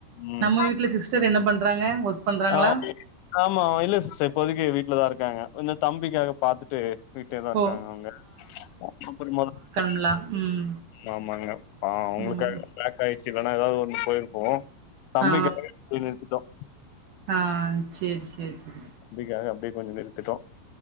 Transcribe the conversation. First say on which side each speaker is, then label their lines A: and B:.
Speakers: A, on the left; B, on the right.
A: ம்
B: நம்ம வீட்ல சிஸ்டர் என்ன பண்றாங்க ஒர்க் பண்றாங்களா
A: ஆ ஆமா இல்ல சிஸ்டர் இப்போதைக்கு வீட்டுலதான் இருக்காங்க கொஞ்சம் தம்பிக்காக பாத்துட்டு வீட்டுலயே தான் இருக்காங்க
B: ஓ
A: அவங்க அப்புறம் மேல தான்
B: எல்லாம் ம்
A: ஆமாங்க பாவம் அவங்களுக்கு
B: ம்
A: லேட் ஆயிடுச்சு இல்லன்னா ஏதாவது ஒண்ணு போயிருப்போம் தம்பிக்காக
B: ஆ
A: இல்ல இருக்கட்டும்
B: ஆ செரி செரி செரி
A: தம்பிக்காக அப்படியே கொஞ்சோம் நிறுத்தட்டோம்